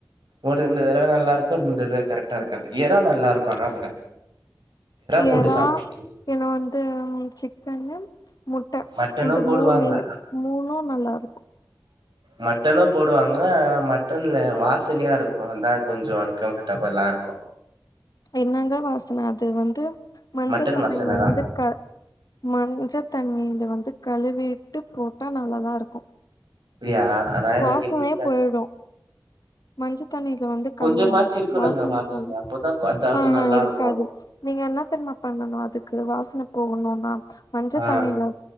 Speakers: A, on the right; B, on the left.
A: ஒரு ரெண்டு தடவ நல்லார் பொந்தது கரெக்டாருக்காது எறா நல்லாருக்கூ ஆனா அதுல போட்டு
B: எறா
A: சாப்ட்ருக்கே
B: பின்ன வந்து சிக்கனு முட்ட
A: மட்டனு
B: இந்த
A: போடுவாங்க
B: மூனு மூனூ நல்லாருக்கூ
A: மட்டனூ போடுவாங்க ஆனா மட்டன்ல வாசனையா இருக்கூ அதா கொஞ்சோ அன் கம்ஃபர்டபுலா இருக்கூ
B: என்னங்க வாசன அது வந்து மஞ்ச
A: மட்டன்
B: தண்ணில
A: வாசன தா
B: வந்து க மஞ்சத் தண்ணில வந்து கழுவிட்டு போட்டா நல்லா தா இருக்கும்
A: அப்டியா ஆனா எனக்கு
B: வாசனயே
A: புடிக்காது
B: போயிடும் மஞ்ச ஞ்ச தண்ணியில வந்து கழுவுங்க
A: கொஞ்சமாச்சு இருக்கணுங்க
B: வாசன போயிடும்
A: அப்பதா அதாவது
B: ம்ஹூம்
A: நல்லா
B: இருக்காது
A: இருக்கு
B: நீங்க என்ன தெரிமா பண்ணணு அதுக்கு க்கு வாசன போகணுனா மஞ்ச
A: ஆ
B: தண்ணில